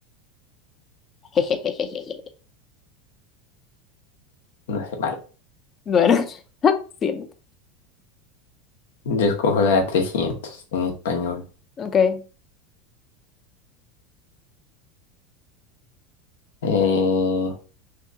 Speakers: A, on the left; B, on the left.
A: <laughs>
B: No sé, vale.
A: Bueno, <laughs> siento.
B: Yo escojo la de trescientos en español.
A: Ok,
B: Eh,